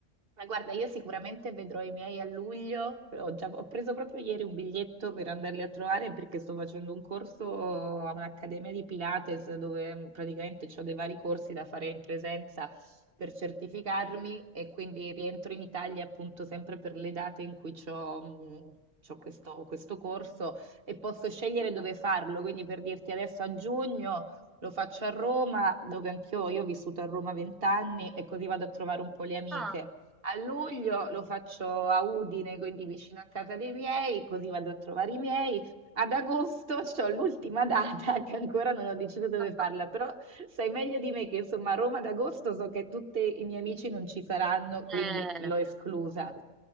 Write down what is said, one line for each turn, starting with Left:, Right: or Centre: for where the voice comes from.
Right: Ma guarda, io sicuramente vedrò i miei a luglio. Ho già- ho preso proprio ieri un biglietto per andarli a trovare perché sto facendo un corso a un'accademia di Pilates dove mm, praticamente ho dei vari corsi da fare in presenza per certificarmi e quindi rientro in Italia appunto sempre per le date in cui ho questo, questo corso e posso scegliere dove farlo. Quindi per dirti adesso a giugno. Lo faccio a Roma, dove anch'io io ho vissuto a Roma vent'anni e così vado a trovare un po' le amiche.
Centre: Ah,
Right: A luglio lo faccio a Udine, quindi vicino a casa dei miei, così vado a trovare i miei. Ad agosto <laughs> c'ho l'ultima data <laughs> che ancora non ho deciso dove
Centre: <laughs>
Right: farla, però sai meglio di me che insomma a Roma ad agosto so che tutti i miei amici non ci saranno, quindi
Centre: eh,
Right: l'ho esclusa.